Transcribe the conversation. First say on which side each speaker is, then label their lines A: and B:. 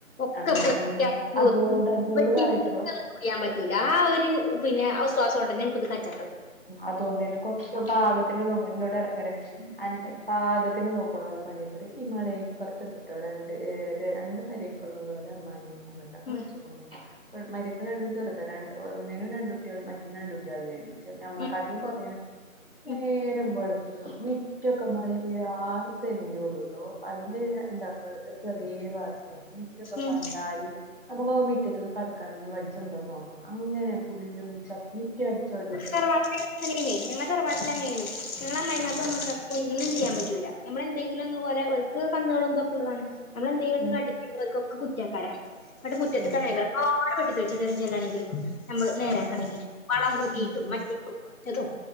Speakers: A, on the left (about 80°); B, on the left (about 45°).
A: ഒക്ക
B: അങ്ങനെ
A: പറിക്കി
B: തന്നെ
A: അടക്കി
B: അതുകൊണ്ട്
A: ഒതുക്കി
B: എന്നോട്
A: എവിടിം
B: പറയട്ടോ
A: ചെയാൻ പറ്റൂല ആ ഒര് പിന്നെ ഒസ്‌വാസോണ്ടന്നെപ്പത് കജ്‌ജാ ത്തത്
B: അതോണ്ടന്നെ കൊറച്ച് ഭാഗത്തിനൊള്ളു നോക്കാൻ ഇന്നോട് റക്കാരം അന്റെ പാകത്തിന് നോക്കണലോ പണിക്കരു ഈ മളെ ഇപ്പറത്ത് ണ്ട്ട്ടോ രണ്ട് ഏഹ് രണ്ട് മര ക്കളുണ്ട് ഒലെ അമ്മായിമ്മേം അമ്മോശാക്ക
A: ഉം
B: മരിച്ചു മരിക്കള് രണ്ടും ചെറുത ര ഒന്നിനും രണ്ടു കുട്ടിയാൾ മറ്റേന്നും രണ്ട് കുട്ടിയാളന്നെന് ഞമ്മളെ
A: ഉം
B: കാട്ടിലും കൊറേണ് നേരം
A: ഉം
B: വെളുക്ക മിറ്റൊക്കെ മളെ ആറ് സെന്റള്ളൂട്ടോ അതില് എന്താ ചെറിയ വാർപ്പ് പേര മുറ്റോക്ക
A: ഉം
B: കണ്ടാല് നമക്ക് ഒക്കെ മിറ്റത്ത്ക് കടക്കണങ്കി വജ്ജുണ്ടോ നോക്കണം അങ്ങനെ പുല്ലും ചപ്പും മിറ്റം അടിച്ചാരി
A: തറവാട്ടിൽ ഞങ്ങളെ തറവാട്ടില് അങ്ങനെയുനു ഞങ്ങള അമ്മായിമ്മാകും അമോശക്കാക്കും ഒന്നും ചെയ്യാൻ പറ്റൂല നമ്മള് ന്തെങ്കിലും ഒന് ഒലെ ഓൽക്ക് കന്നളും തൊക്കെള്ളതാണ് ഞമ്മൾ എന്തേലും
B: ഉം
A: കാട്ടി ഓല്ക്ക് ഒക്ക കുറ്റക്കാരം എന്നട്ട് മുറ്റത്ത്
B: ഉം
A: ഇറങ്ങേകാരം ക്കാട് വെട്ടി തളിച്ചെണ്ട വരും ചെല്ലണെങ്കില് നമ്മള് നേരാക്കണെങ്കിൽ
B: ഉം
A: വളം കൂട്ടിയിട്ടും
B: ഉം
A: മറ്റേതും